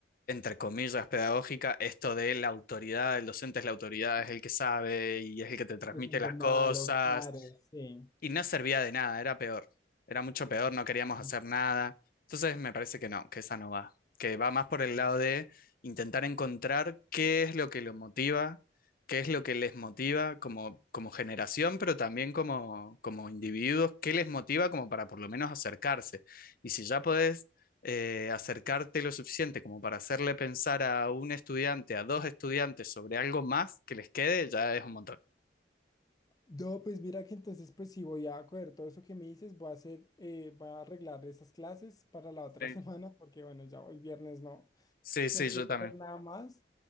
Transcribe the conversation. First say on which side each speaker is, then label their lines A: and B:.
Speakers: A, on the left (about 50°); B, on the left (about 20°).
A: entre comillas, pedagógica, esto de la autoridad, el docente es la autoridad, es el que sabe y es el que te transmite
B: se siente
A: las
B: malo,
A: cosas.
B: claro, sí.
A: y no servía de nada, era peor. Era mucho peor, no queríamos
B: Sí.
A: hacer nada. Entonces me parece que no, que esa no va. Que va más por el lado de intentar encontrar qué es lo que lo motiva, qué es lo que les motiva como, como generación, pero también como, como individuos, qué les motiva como para por lo menos acercarse. Y si ya podés eh, acercarte lo suficiente como para hacerle pensar a un estudiante, a dos estudiantes sobre algo más que les quede, ya es un montón.
B: No, pues mira que entonces pues sí voy a coger todo eso que me dices, voy a hacer, eh, voy a arreglar esas clases para la otra
A: Sí.
B: <laughs> semana, porque bueno, ya hoy viernes no.
A: Sí, sí,
B: No quiero
A: yo también.
B: hacer nada más.